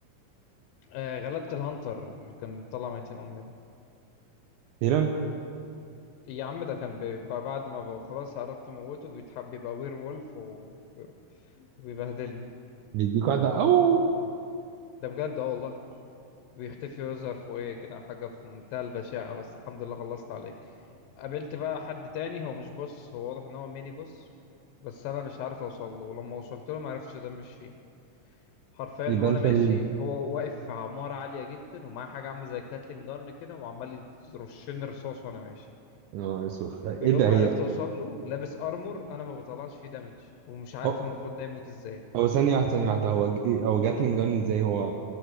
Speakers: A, on the left; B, on the right.
A: آه غلبت الهانتر اللي كان طلع ميتين أمي ده
B: هيران
A: يا عم ده كان بيبقى بعد ما بقى خلاص قربت اموته بيتحب بيبقى وير وولف و- وبيبهدلني
B: بيديك واحدة او
A: ده بجد اه والله بيختفي ويظهر فوقيه كده حاجه في منتهى البشاعه بس الحمد لله خلصت عليه قابلت بقى حد تاني هو مش بص هو واضح ان هو ميني بص بس انا مش عارف اوصل له ولما وصلت له ما عرفتش مش فيه حرفيا
B: يبقى
A: وانا
B: انت
A: ماشي
B: ال
A: هو واقف في عماره عاليه جدا ومعاه حاجه عامله زي الكاتلين جن كده وعمال يرشني رصاص وانا ماشي
B: اه اسوخ ايه
A: ويوم
B: ده
A: ما
B: هي
A: عرفت اوصل له لابس ارمور انا ما بطلعش فيه دامج ومش عارف
B: هو
A: المفروض ده يموت ازاي
B: هو ثانية واحدة ثانية واحدة هو ج- إيه- هو جاتلين جان ازاي هو